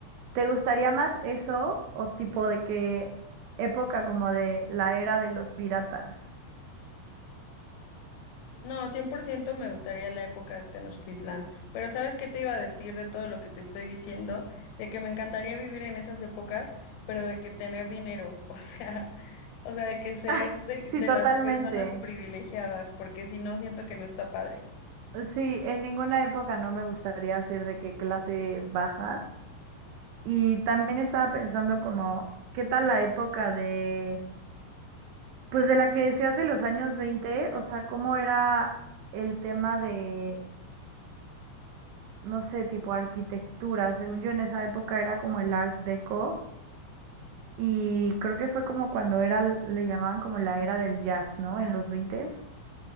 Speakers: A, on the right; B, on the left.
A: ¿te gustaría más eso o tipo de qué época como de la era de los piratas?
B: No, 100% me gustaría la época de Tenochtitlán, pero ¿sabes qué te iba a decir de todo lo que te estoy diciendo? De que me encantaría vivir en esas épocas, pero de que tener dinero, <laughs> o sea, o sea, de que ser
A: <laughs>
B: de,
A: Sí,
B: de
A: totalmente.
B: las personas privilegiadas, porque si no, siento que no está padre.
A: Sí, en ninguna época no me gustaría ser de qué clase baja. Y también estaba pensando como, ¿qué tal la época de, pues de la que decías de los años 20? O sea, ¿cómo era el tema de no sé, tipo arquitectura. Según yo, en esa época era como el Art Deco y creo que fue como cuando era, le llamaban como la era del jazz, ¿no? En los 20